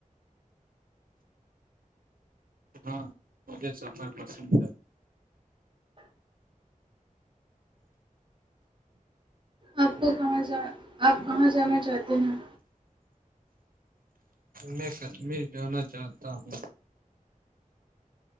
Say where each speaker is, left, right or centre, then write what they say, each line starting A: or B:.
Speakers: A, on the right (about 85°); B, on the right (about 35°).
A: ہاں مجھے سفر پسند ہے
B: آپ کو کہاں جا آپ کہاں جانا چاہتے ہیں
A: میں کشمیر جانا چاہتا ہوں